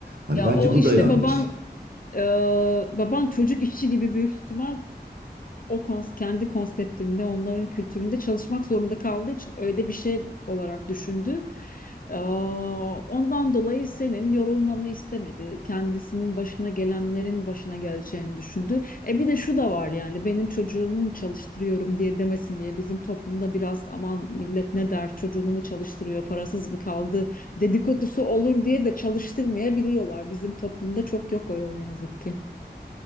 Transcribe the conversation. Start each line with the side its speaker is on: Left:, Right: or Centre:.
Right: Hani
Left: Ya
Right: bence
Left: o
Right: bu
Left: işte
Right: da yanlış.
Left: baban e, baban çocuk işçi gibi büyük ihtimal o kons kendi konseptinde, onların kültüründe çalışmak zorunda kaldığı için öyle bir şey olarak düşündü. Ee, Ondan dolayı senin yorulmanı istemedi. Kendisinin başına gelenlerin başına geleceğini düşündü. E bir de şu da var yani benim çocuğumu mu çalıştırıyorum diye demesin diye bizim toplumda biraz aman millet ne der çocuğunu mu çalıştırıyor parasız mı kaldı dedikodusu olur diye de çalıştırmayabiliyorlar. Bizim toplumda çok yok o ne yazık ki.